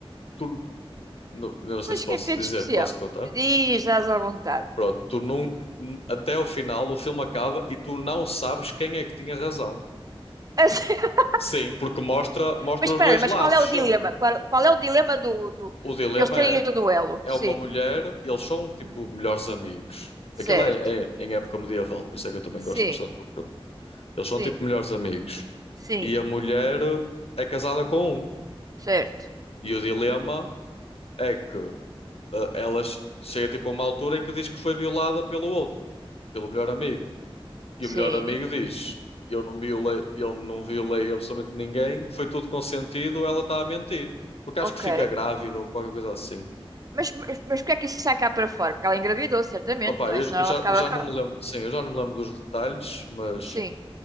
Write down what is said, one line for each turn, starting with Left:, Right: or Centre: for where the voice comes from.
Left: tu, não, eu não sei
Right: Mas
Left: se
Right: o
Left: posso
Right: que é que tem
Left: dizer,
Right: de especial?
Left: posso-te contar?
Right: Diz, estás à vontade.
Left: Pronto, tu não, até ao final o filme acaba e tu não sabes quem é que tinha razão.
Right: <laughs>
Left: Sim, porque mostra, mostra
Right: Mas espera,
Left: os dois lados
Right: mas qual é
Left: sempre.
Right: o dilema? Qual, qual é o dilema do, do...
Left: o dilema
Right: para eles terem
Left: é,
Right: o duelo?
Left: é é
Right: Sim.
Left: uma mulher, e eles são tipo
Right: Hum.
Left: melhores amigos.
Right: Certo.
Left: Aquilo é, é é em época medieval, por isso é que eu também
Right: Sim,
Left: gosto bastante do filme. Eles
Right: sim,
Left: são tipo melhores amigos.
Right: sim.
Left: E a mulher é casada com um.
Right: Certo.
Left: E o dilema é que eh, ela che- chega tipo a uma altura em que diz que foi violada pelo outro, pelo melhor amigo. E
Right: Sim.
Left: o melhor amigo diz: Eu não violei, eu não violei absolutamente ninguém, foi tudo consentido, ela está a mentir. Porque
Right: Ok.
Left: acho que fica grávida ou qualquer coisa assim.
Right: Mas, mas, mas porquê é que isso sai cá para fora? Porque ela engravidou, certamente,
Left: Opa,
Right: não
Left: eu,
Right: é? Senão
Left: eu
Right: ela
Left: já,
Right: ficava
Left: já
Right: cá.
Left: não me lembro, sim, eu já não me lembro dos detalhes, mas
Right: Sim.